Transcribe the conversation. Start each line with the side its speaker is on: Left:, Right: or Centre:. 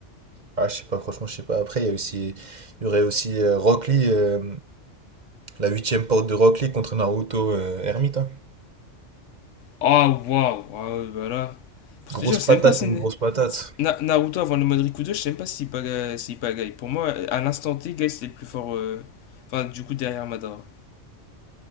Right: Ah, je sais pas, franchement, je sais pas. Après, il y a aussi, il y aurait aussi euh, Rock Lee, euh, la huitième porte de Rock Lee contre Naruto euh, Hermite. hein.
Left: Ah, waouh! Ah, ouais, bah là. Pour
Right: Grosse
Left: te dire, je
Right: patate
Left: sais même pas si.
Right: contre grosse patate.
Left: Na- Naruto avant le mode Rikudo, je sais même pas s'il pagaille. S'il pagaille. Pour moi, à l'instant T, Guy c'était le plus fort. euh, Enfin, du coup, derrière Madara.